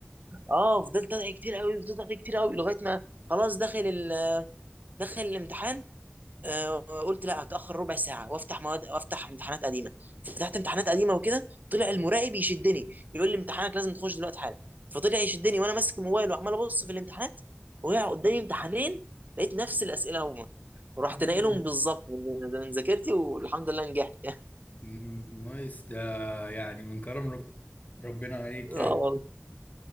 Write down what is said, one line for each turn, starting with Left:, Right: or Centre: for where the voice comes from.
Right: اه فضلت ادعي كتير قوي فضلت ادعي كتير قوي لغايه ما خلاص داخل ال... داخل الامتحان آه، قلت لا هتاخر ربع ساعه وافتح مواد وافتح امتحانات قديمه فتحت امتحانات قديمه وكده طلع المراقب يشدني بيقول لي امتحانك لازم تخش دلوقتي حالا فطلع يشدني وانا ماسك الموبايل وعمال ابص في الامتحانات وقع قدامي امتحانين لقيت نفس الاسئله هما ورحت
Left: مم.
Right: ناقلهم بالظبط من من ذاكرتي والحمد لله نجحت يعني
Left: مم. نايس ده يعني من كرم رب... ربنا عليك
Right: <laughs>
Left: يعني
Right: اه والله